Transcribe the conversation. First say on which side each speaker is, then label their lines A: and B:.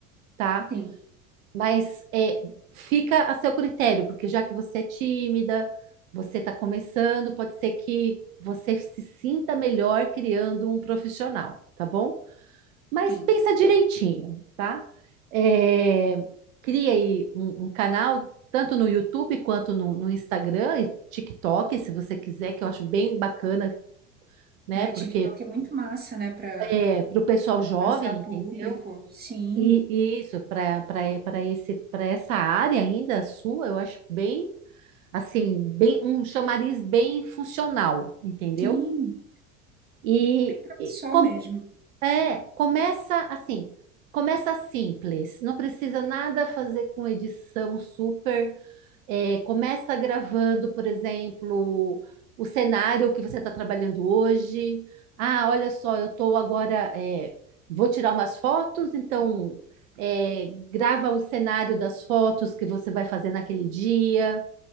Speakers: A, on the right; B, on the right.
A: tá?
B: sim,
A: Mas é, fica a seu critério, porque já que você é tímida, você está começando, pode ser que você se sinta melhor criando um profissional, tá bom? Mas
B: sim.
A: pensa direitinho, tá? É, cria aí um, um canal, tanto no YouTube quanto no, no Instagram e TikTok, se você quiser, que eu acho bem bacana, né?
B: Ai,
A: Porque
B: TikTok é muito massa, né, para
A: é para o pessoal jovem,
B: alcançar
A: entendeu?
B: público. Sim,
A: E e isso, para para esse para essa área ainda sua, eu acho bem assim, bem um chamariz bem funcional, entendeu?
B: sim,
A: E,
B: bem promissor
A: e com-
B: mesmo.
A: é, começa assim, começa simples, não precisa nada fazer com edição super é, começa gravando, por exemplo, o cenário que você está trabalhando hoje. Ah, olha só, eu estou agora, é, vou tirar umas fotos, então é, grava o cenário das fotos que você vai fazer naquele dia,